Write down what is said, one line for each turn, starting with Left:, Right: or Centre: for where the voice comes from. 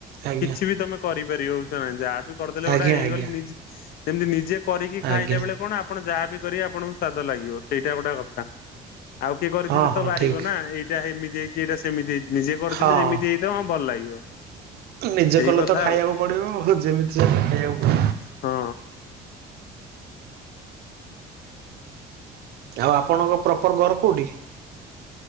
Right: ଆଜ୍ଞା
Left: କିଛି ବି ତମେ କରିପାରିବ ବୁଝଚନା ଯାହା ବି କରିଦେଲେ
Right: ଆଜ୍ଞା
Left: ଗୋଟା ହେଇଗଲେ
Right: ଆଜ୍ଞା।
Left: ଯେମତି ନିଜେ କରିକି ଖାଇଲା
Right: ଆଜ୍ଞା
Left: ବେଳେ କଣ ଆପଣ ଯାହା ବିି କରିବେ ଆପଣଙ୍କୁ ସ୍ଵାଦ ଲାଗିବ ସେଇଟା ଗୋଟେ କଥା ଆଉ କିଏ କରିଥିଲେ
Right: ହଁ ହଁ
Left: ତ ବାରିବ
Right: ଠିକ
Left: ନା ଏଇଟା ଏମିତି ହେଇଛି ଏଇଟା ସେମିତି ହେଇଛି ନିଜେ କରିଥିଲେ
Right: ହଁ।
Left: ଯେମିତି ହେଇଛି ଦେ ହଁ ଭଲ ଲାଗିବ।
Right: ନିଜ
Left: ଏଇ
Right: କଲେ
Left: କଥା
Right: ତ ଖାଇବାକୁ
Left: ଆଉ
Right: ପଡ଼ିବ ଆଉ ଯେମିତି ସେମିତି ଖାଇବାକୁ ପଡ଼ିବ।
Left: ହଁ।
Right: ଆଉ ଆପଣଙ୍କ ପ୍ରପର୍ ଘର କୋଉଠି?